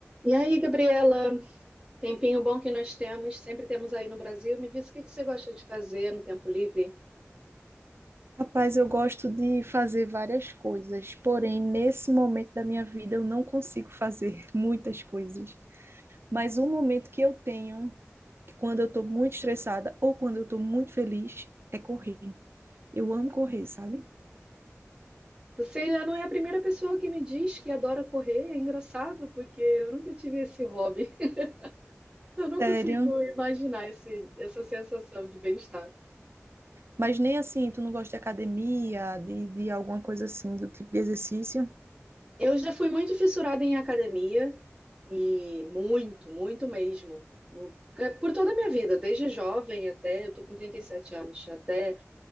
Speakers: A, on the right (about 15°); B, on the right (about 55°).
A: E aí, Gabriela, tempinho bom que nós temos, sempre temos aí no Brasil. Me diz o que que você gosta de fazer no tempo livre?
B: Rapaz, eu gosto de fazer várias coisas, porém, nesse momento da minha vida, eu não consigo fazer <laughs> muitas coisas. Mas um momento que eu tenho, que quando eu estou muito estressada ou quando eu estou muito feliz, é correr. Eu amo correr, sabe?
A: Você já não é a primeira pessoa que me diz que adora correr, é engraçado, porque eu nunca tive esse hobby. <laughs> Eu não
B: Sério.
A: consigo imaginar esse, essa sensação de bem-estar.
B: Mas nem assim, tu não gosta de academia, de, de alguma coisa assim, do tipo de exercício?
A: Eu já fui muito fissurada em academia, e muito, muito mesmo. Por por toda a minha vida, desde jovem até, eu tô com 37 anos, até